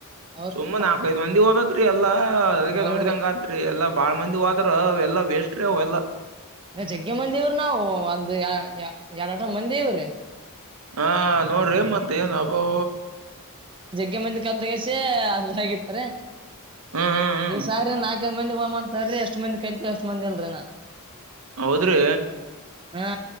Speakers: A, on the right; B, on the right.
A: ಹೌದ್ರಿ
B: ಸುಮಮ್ಮ ನಾಕೈದು ಮಂದಿ ಹೋಗ್ಬೇಕು ್ರೀ <unintelligible> ಎಲ್ಲಾ ಅದ
A: ಹೌದ್ರಿ
B: ನೋಡಿದಂಗ ಆತ್ರಿ ಎಲ್ಲಾ ಬಾಳ್ ಮಂದಿ ಹೋದ್ರ ಅವ ಎಲ್ಲಾ ವೇಷ್ಟ್ರೀ ಅವೆಲ್ಲಾ
A: ಈ ಜಗ್ಗೆ ಮಂದಿವಿ ನಾವವು ಒಂದ್ ಎರಡ್ಟ ಮಂದಿ ಇವ್ರೀ
B: ಹಾ ನೋಡ್ರಿ ಮತ್ತ ಏನು ಅಬ್ಬಬ
A: ಕ ಮಂದಿ ಕಲ್ ತಗಸಿ ಹ ಹಗಿತ್ತಾರೆ
B: ಹ್ಮ್ ಹ್ಮ್ ಹ್ಮ್
A: ಈ ಸಾರಿ ನಾಲ್ಕೈದು ಮಂದಿ ಹ ಬರರಿ ಎಷ್ಟ್ ಮಂದಿ ಕೈಲ್ತ್ ಅಷ್ಟ್ ಮಂದಿ ಅಲ್ರಿೀನಾ
B: ಹೌದ್ರಿ
A: ಹ್ಮ